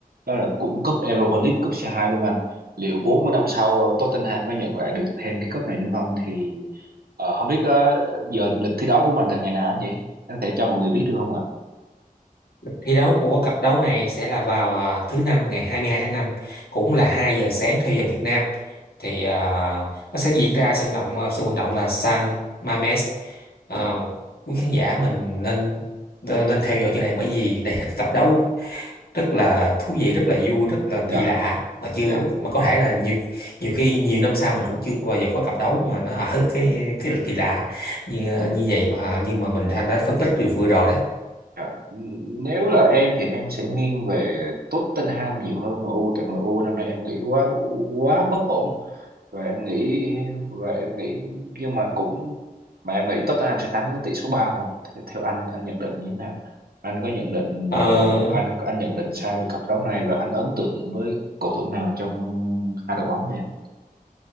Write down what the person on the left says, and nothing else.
Thi đấu của cặp đấu này sẽ là vào à, thứ năm ngày 22 tháng năm cũng là 2 giờ sáng theo giờ Việt Nam. Thì à, nó sẽ diễn ra sân động à, sân vận động là San Mamés. À, quý khán giả mình nên ờ, nên theo dõi chuyện này bởi vì đây là cái cặp đấu rất là thú vị, rất là vui, rất là
kỳ lạ mà chưa
mà có thể là nhiều nhiều khi nhiều năm sau mình cũng chưa bao giờ có cặp đấu mà nó ở <laughs> cái cái kỳ lạ như như vậy mà nhưng mà mình đã, đã phân tích được vừa rồi đó.
Ừ.